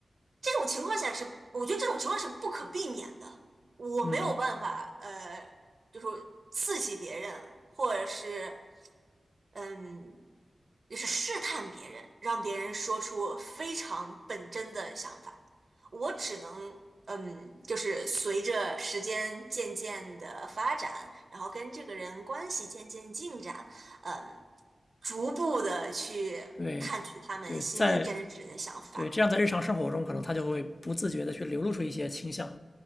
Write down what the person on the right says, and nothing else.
这种情况下是，我觉得这种情况是不可避免的，我没有办法，
呃，就说刺激别人，或者是。嗯，就是试探别人，让别人说出非常本真的想法。我只能，嗯，就是随着时间渐渐的发展，然后跟这个人关系渐渐进展，嗯，逐步的去探取他们心里真实的想法。